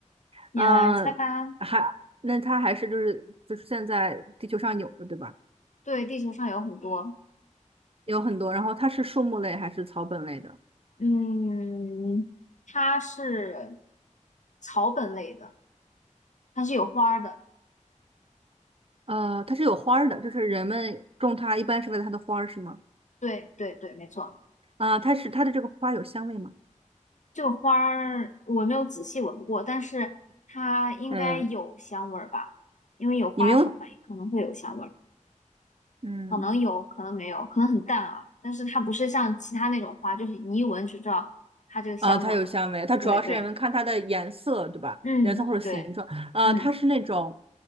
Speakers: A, on the left; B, on the right.
A: 你来猜吧。
B: 嗯，还那它还是就是就是现在地球上有的对吧？
A: 对，地球上有很多，
B: 有很多，然后它是树木类还是草本类的？
A: 嗯，它是草本类的，它是有花儿的。
B: 呃，它是有花儿的，就是人们种它一般是为了它的花儿是吗？
A: 对对对，没错。
B: 啊，它是它的这个花有香味吗？
A: 这个花儿我没有仔细闻过，但是它应该有香味儿吧，
B: 嗯，
A: 因为有花粉嘛，
B: 你没有，
A: 可能会有香味儿，
B: 嗯，
A: 可能有，可能没有，可能很淡啊。但是它不是像其他那种花，就是你一闻就知道它这个香味儿了。
B: 啊，它有香味，它主要是人们看它的颜色，
A: 对对，
B: 对吧？
A: 嗯，
B: 颜色或者形状，
A: 对，
B: 啊，
A: 嗯，
B: 它是那种，